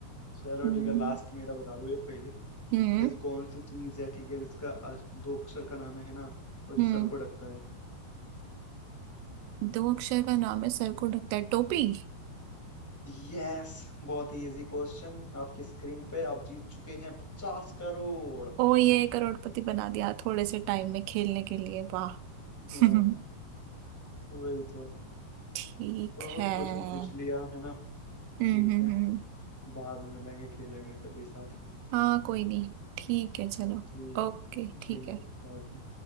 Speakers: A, on the left; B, on the right.
A: चलो
B: हम्म
A: ठीक है लास्ट मेरा बता दो एक पहली
B: हम्म
A: ऐसी कौन सी चीज है ठीक है जिसका अस- दो अक्षर का नाम है ना और जो
B: हम्म।
A: सर को ढकता है
B: दो अक्षर का नाम है सर को ढकता है टोपी
A: यस बहुत ही इजी क्वेश्चन आपकी स्क्रीन पे आप जीत चुके हैं पचास करोड़
B: ओ ये करोड़पति बना दिया थोड़े से टाइम में खेलने के लिए वाह <laughs>
A: हाँ वही तो
B: ठीक
A: बहुत
B: है हम्म
A: क्वेश्चन पूछ लिया है ना
B: हम्म
A: ठीक
B: हम्म
A: है बाद में मिलेंगे खेलेंगे कभी साथ
B: हाँ कोई नहीं ठीक है चलो
A: ठीक
B: ओके
A: ठीक
B: ठीक है
A: है ओके